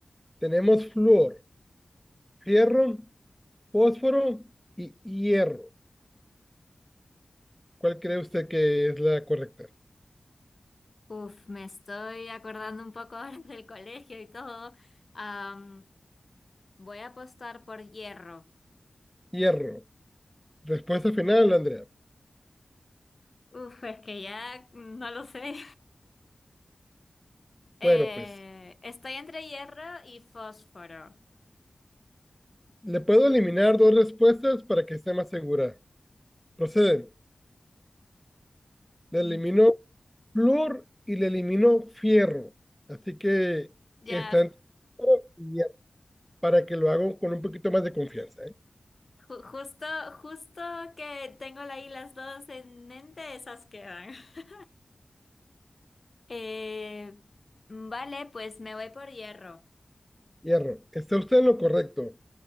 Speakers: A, in the centre; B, on the left.
A: tenemos flúor, fierro, fósforo y hierro. ¿Cuál cree usted que es la correcta?
B: Uf, me estoy acordando un poco ahora del colegio y todo. Am, voy a apostar por hierro.
A: Hierro. Respuesta final, Andrea.
B: Uf, es que ya no lo sé. Eh,
A: Bueno, pues
B: estoy entre hierro y fósforo.
A: Le puedo eliminar dos respuestas para que esté más segura. Procede. Le
B: Mm.
A: elimino flúor y le elimino fierro. Así que
B: Ya,
A: está entre fierro y hierro, para que lo haga con un poquito más de confianza, ¿eh?
B: ju- justo, justo que tengo ahí las dos en mente, esas quedan. <laughs> Eh, vale, pues me voy por hierro.
A: Hierro. Está usted en lo correcto.